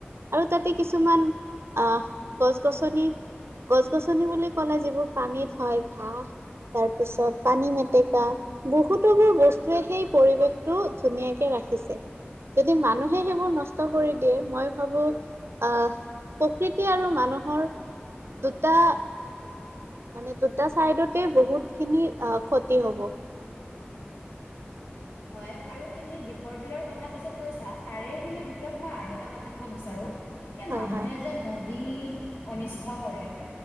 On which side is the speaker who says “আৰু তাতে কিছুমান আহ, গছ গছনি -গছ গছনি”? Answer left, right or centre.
Right